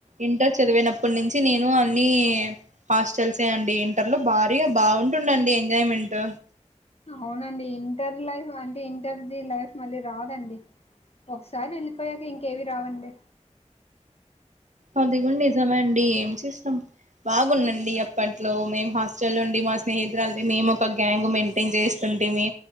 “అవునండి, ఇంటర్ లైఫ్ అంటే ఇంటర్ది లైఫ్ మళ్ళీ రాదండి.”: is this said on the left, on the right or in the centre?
Left